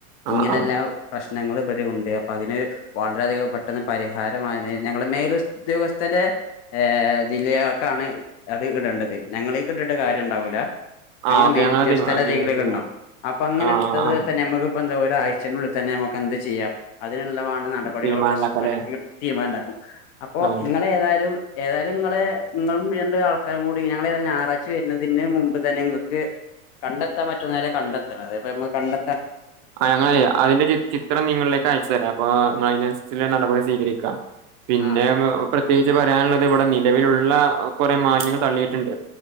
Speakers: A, on the right; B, on the left.
A: ആഹ്
B: ഇങ്ങനെല്ലാം
A: ആഹ്
B: പ്രശ്ന പ്രശ്നങ്ങൾ ഇവിടെ ഉണ്ട് അപ്പൊ അതിന് വളരെയധികം പെട്ടെന്ന് പരിഹാര ഞങ്ങളുടെ മേല ഉദ്യോഗസ്ഥ മത്തന്റെ ജില്ലയൊക്കാണ് അത് ഇടേണ്ടത് ഞങ്ങളേ കിട്ടിട്ട് കാര്യം ഉണ്ടാവൂല ഞങ്ങള്െ
A: ആഹ് ഓക്കെ
B: മേൽ
A: ഞങ്ങള്
B: ഉദ്യോഗസ്ഥരുടെ
A: തീരുമാ ചെയ്യാ
B: അിലൊക്കെ
A: ചെയ്യാ
B: ഉണ്ടാവും അപ്പൊ അങ്ങനെ
A: ആഹ്
B: ഇട്ടത്
A: ആഹ്
B: തന്നെ നമ്മക്ക്പ്പോ എന്താ ആഴ്ചുള്ളിൽ തന്നെ നമുക്ക് എന്ത് ചെയ്യാം അതിനുള്ളതാണ് നടപടികളൊക്കെ
A: ആഹ് തീരുമാനം ഉണ്ടാക്കാല്ലേ
B: മാറ്റ കൃത്യം ആയി ഉണ്ടാക്കാ <inaudible> അപ്പോ
A: ആഹ്
B: നിങ്ങള ഏതായാലും ഏതായാലും നിങ്ങളെ നിങ്ങളും ആൾക്കാരും കൂ ഞങ്ങളെ ഞായ വരുന്നതിന് മുമ്പ് തന്നെ നിങ്ങക്ക് കണ്ടെത്താൻ പറ്റുന്ന നേരെ കണ്ടെത്തണം അത ന കണ്ട
A: ആ ഞ അതിന്റെ ചിത്രം നിങ്ങളിലേക്ക് അയച്ചു തരാം അപ്പൊ അതിനന് ചില നടപടി സ്വീകരിക്കാ പിന്നെ
B: ആ
A: പ്രത്യേകിച്ച് പറയാനുള്ള അ ഇവിടെ നിലവിലുള്ള കുറെ മാന്യങ്ങൾ തള്ളിയിട്ടുണ്ട്